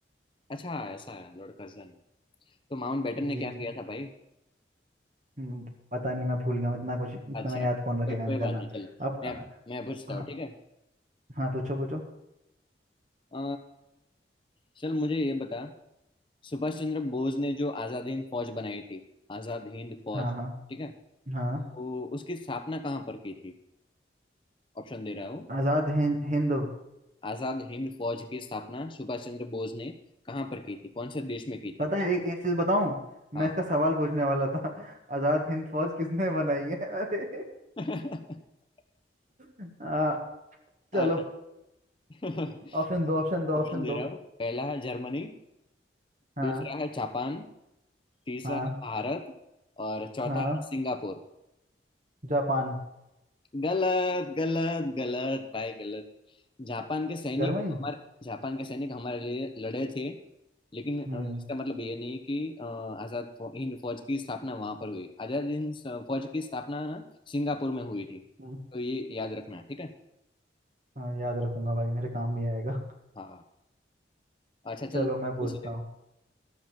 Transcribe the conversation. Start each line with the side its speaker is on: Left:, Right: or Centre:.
Left: अच्छा ऐसा है लॉर्ड कर्जन तो माउंट बेटन ने
Right: जी
Left: क्या
Right: जी
Left: किया था भाई
Right: हम्म, पता नहीं मैं भूल गया हूँ इतना कुछ इतना
Left: अच्छा
Right: याद कौन रखेगा
Left: कोई कोई
Right: इनका
Left: बात
Right: ना
Left: नहीं चलो
Right: अब
Left: मैं मैं पूछता
Right: हाँ
Left: हूँ ठीक है
Right: हाँ पूछो पूछो
Left: अ, चल मुझे ये बता सुभाष चंद्र बोस ने जो आजाद हिंद फौज बनाई थी आजाद हिंद फौज
Right: हाँ हाँ
Left: ठीक है
Right: हाँ
Left: तो उसकी स्थापना कहाँ पर की थी ऑप्शन दे रहा हूँ
Right: आजाद हिंद हिंद
Left: आजाद हिंद फौज की स्थापना सुभाष चंद्र बोस ने कहाँ पर की थी कौन से देश में की
Right: पता
Left: थी
Right: है एक एक चीज बताऊं मैं
Left: हाँ
Right: इसका सवाल पूछने वाला था <laughs> आजाद हिंद फौज किसने बनाई है <laughs> अरे
Left: <laughs>
Right: हाँ
Left: अच्छा
Right: चलो
Left: <laughs>
Right: ऑप्शन दो ऑप्शन दो
Left: ऑप्शन
Right: ऑप्शन
Left: दे
Right: दो
Left: रहा हूँ पहला है जर्मनी
Right: हाँ
Left: दूसरा है जापान तीसरा
Right: हाँ
Left: है भारत और चौथा
Right: हाँ
Left: है सिंगापुर
Right: जापान
Left: गलत गलत गलत भाई गलत जापान के सैनिक
Right: जर्मनी
Left: हमारे जापान के सैनिक हमारे लिए लड़े थे लेकिन अ,
Right: हम्म
Left: इसका मतलब ये नहीं कि अ, आजाद फौ, हिंद फौज की स्थापना वहां पर हुई आजाद हिंद स- फौज की स्थापना ना सिंगापुर में हुई थी
Right: हम्म,
Left: तो ये याद रखना ठीक है
Right: हाँ याद रखूंगा भाई मेरे काम भी आएगा
Left: हाँ
Right: <laughs>
Left: अच्छा
Right: चलो
Left: चल
Right: मैं पूछता
Left: पूछ ले
Right: हूँ